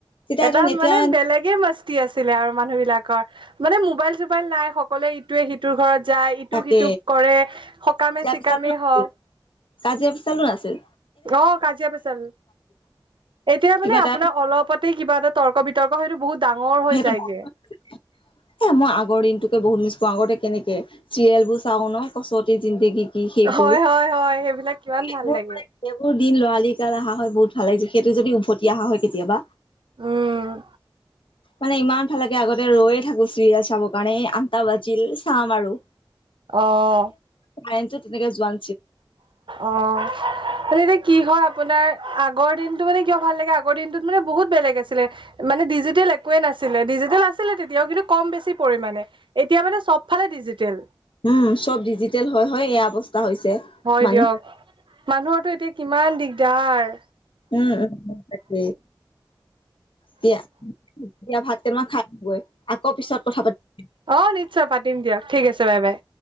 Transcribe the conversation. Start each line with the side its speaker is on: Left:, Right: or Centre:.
Left: তেতিয়াতোন
Right: এটা
Left: এতিয়া
Right: মানে বেলেগে মাস্তি আছিলে আৰু মানুহ বিলাকৰ, মানে মোবাইল-চোবাইল নাই সকলোৱে ইটোৱে সিটোৰ ঘৰত যায় ইটো
Left: তাকে
Right: সিটো কৰে সকামে
Left: তেতিয়া
Right: চিকামেই
Left: পিছাতো নাছিল
Right: হওঁক।
Left: কাজিয়া পেচালো নাআছিল।
Right: অঁ কাজিয়া পেচাল এতিয়া
Left: কিবা
Right: মানে
Left: এটা
Right: আপোনাৰ অলপতে কিবা এটা। তৰ্ক বিতৰ্ক সেইটো বহুত ডাঙৰ হৈ
Left: সেইটো
Right: যায়গে।
Left: হ মই আগৰ দিনতোকে বহুত মিছ কৰো আগতে কেনেকে। চিৰিয়েল বোৰ চাওঁ ন কছতি জিন্দেগী। কি সেইবোৰ
Right: হয়, হয়, হয়, সেইবিলাক কিমান
Left: সোৰান
Right: ভাল লাগে।
Left: সেইবোৰ। দিন লৰালি কাল অহা হয় বহুত ভাল লাগি য সেইটো যদি উভতি অহা হয় কেতিয়াবা।
Right: অ',
Left: মানে ইমান ভাল লাগে আগতে ৰৈয়ে থাকো চিৰিয়েল চাবৰ কাৰণে আঠ তা বাজিল চাম আৰু
Right: অঁ
Left: আইনতো তেনেকে যোৱান।
Right: অঁ মে এতিয়া কি হয়? আপোনাৰ আগৰ দিনতো মানে কিয় ভাল লাগে আগৰ দিনটোত মানে বহুত বেলেগ আছিলে মানে ডিজিটেল একে নাছিল। ডিজিটেল আছিলে তেতিয়াও কিন্তু কম বেছি পৰিমাণে এতিয়া মানে চবফালে ডিজিটেল
Left: উম', চব ডিজিটেল হয়-হয় এয়া অৱস্থা হৈছে
Right: হয়
Left: মানুহ
Right: দিয়ক। মানুহৰটো এতিয়া কিমান দিগদাৰ।
Left: উম'-উম', তাকেই। দিয়া-দিয়া ভাত কেইটান খাই আহু গৈ আকৌ পিছত কথা পাতি
Right: অঁ নিশ্চয় পাতিম দিয়ক ঠিক আছে বাই বাই।